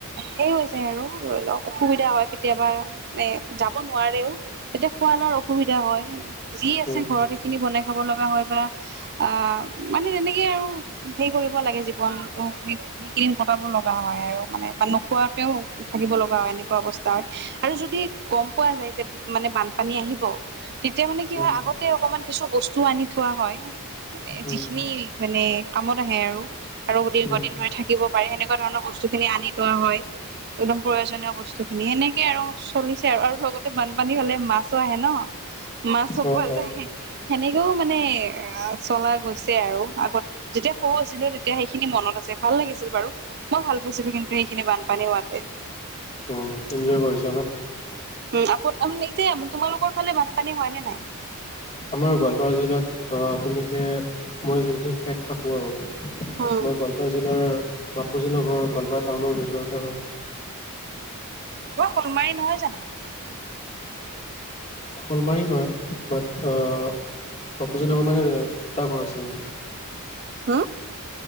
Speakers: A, on the right; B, on the left.
A: সেই হৈ যায় আৰু, ধৰি লওক অসুবিধা হয় কেতিয়াবা। এ যাব নোৱাৰেও। এতিয়া খোৱা লোৱাৰ অসুবিধা হয়। যি আছে
B: উম,
A: ঘৰত সেইখিনি বনাই খাব লগা হয় বা আহ, মানে তেনেকে আৰু হেৰি কৰিব লাগে জীৱনতটো <unintelligible> কটাব লগা হয়, আৰু মানে বা নোখোৱাকেও থাকিব লগা হয়, এনেকুৱা অৱস্থা হয়। আৰু যদি গম পোৱা যায় যে, মানে বানপানী আহিব। তেতিয়া মানে কি
B: উম,
A: হয় আগতে অকমান কিছু বস্তু আনিও থোৱা হয়, মানে
B: উম,
A: যিখিনি মানে কামত আহে আৰু। আৰু দীৰ্ঘদিন
B: উম,
A: ধৰি থাকিব পাৰি। সেনেকুৱা ধৰণৰ বস্তুখিনি আনি থোৱা হয়। একদম প্ৰয়োজনীয় বস্তুখিনি। এনেকে আৰু চলিছে আৰু। আৰু লগতে বানপানী হ'লে মাছো আহে ন। মাছো
B: অ',
A: পোৱা
B: অ',
A: যায়। সেনেকেও মানে চলা গৈছে আৰু আগত যেতিয়া সৰু আছিলোঁ তেতিয়া সেইখিনি মনত আছে, ভাল লাগিছিল বাৰু। মই ভাল পাইছিলোঁ কিন্তু সেইখিনি বানপানী হোৱাতে।
B: উম, এনঞ্জয় কৰিছা ন?
A: উম, <unintelligible> এতিয়া, তোমালোকৰ ফালে বানপানী হয়নে নাই?
B: আমাৰ গোৱালপাৰা জিলাত তেনেকে মই যোনখিনি ঠাইত থাকোঁ আৰু
A: উম
B: মই গোৱালপাৰা জিলাৰ, বাপুজী নগৰৰ গোৱালপাৰা টাউনৰ ভিতৰতে হয়,
A: <unintelligible> শ'লমাৰি নহয় জানো?
B: শ'লমাৰি হয়, বাট অ', বাপুজী নগৰ মানে দুটা ঘৰ আছে মোৰ।
A: হম?